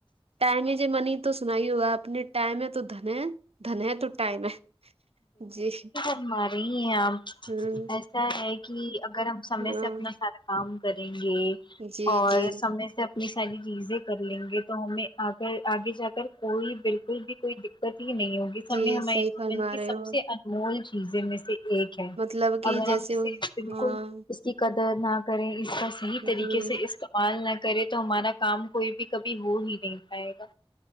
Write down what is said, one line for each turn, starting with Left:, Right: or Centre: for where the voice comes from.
Right: ٹائم ہے ج منی تو سنائی ہوگا اپ نے ٹائم ہے تو دھن ہے دھن ہے تو ٹائم ہے جی
Left: ہمارے ہی ہے اپ
Right: ہ
Left: ایسا ہے کہ اگر ہم سمے
Right: ہاں
Left: سے اپنا سارا کام کریں گے
Right: جی
Left: اور
Right: جی
Left: سمے سے یہ ساری چیزیں کر لیں گے تو ہمیں آگر آگے جا کر کوئی بلکل بھی کوئی دیک ہی نہیں ہوگی سمے
Right: جی
Left: ہمیں
Right: صحیح
Left: ہمارے
Right: فرما
Left: جین کی
Right: رہے
Left: سب
Right: ہو
Left: سے انمول چیزیں میں سے ایک
Right: مطلب کہ
Left: اگر
Right: جیسے
Left: ہم اسے
Right: وہ-
Left: بلکل
Right: ہاں
Left: کی قدر نہ کریں اس کا صحیح
Right: جی
Left: طریقے سے اس کا مال نہ کرے تو ہمارا کام کوئی بھی کبھی ہو ہی نہیں پائے گا